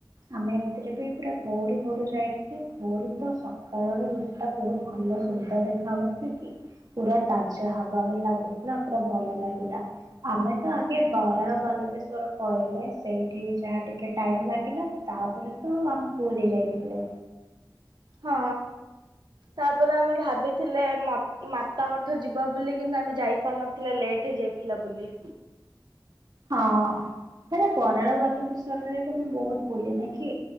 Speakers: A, on the right; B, on the right.
A: ଆମେ ଏମିତିରେ ବି ପୁରା ଭୋରୁ ଭୋରୁ ଯାଇଥିଲେ। ଭୋରୁ ତ ସକାଳର ଦୃଶ୍ୟ ଟା ବହୁତ ଭଲ ସୁନ୍ଦର ଦେଖାଯାଉନଥିଲେ କି ପୁରା ତାଜା ହାୱା ବି ଲାଗୁଥିଲା ପୁରା ଭଲ ଲାଗିଲା। ଆମେ ତ ଆଗେ ବାରାଳ ବାଲଗେଶ୍ଵର ପଳେଇଲେ ସେଇଠି ଯାହା ଟିକେ କେ ଟାଇମ ଲାଗିଲା ତାପରେ ତ ଆମେ ପୁରୀ ଯାଇଥିଲେ।
B: ହଁ ତାପରେ ଆମେ ଭାବିଥିଲେ ମତ ମାତା ମଠ ଯିବା ବୋଲି କିନ୍ତୁ ଆମେ ଯାଇପାରିନଥିଲେ ଲେଟ୍ ହେଇଯାଇଥିଲା ବୋଲି।
A: ହଁ ହେ ବାରାଳ ବାଲକେଶ୍ଵରରେ ବି ମୁଁ ବହୁତ ବୁଲିନି କି?